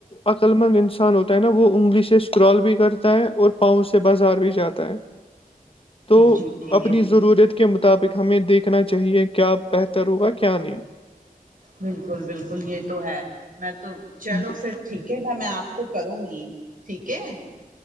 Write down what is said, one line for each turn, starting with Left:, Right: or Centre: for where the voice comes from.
Left: عقلمند انسان ہوتا ہے نا وہ انگلی سے اسکرال بھی کرتا ہے اور پاؤں سے بازار بھی جاتا ہے تو
Right: جی جی
Left: اپنی
Right: یہ
Left: ضرورت کی کے مطابق ہمیں دیکھنا چاہیے کیا بہتر ہوگا کیا نہیں
Right: بالکل بالکل یہ تو ہے میں تو چلو
Left: ب-
Right: پھر ٹھیک ہے بائی میں آپ کو کروں گی ٹھیک ہے <unintelligible>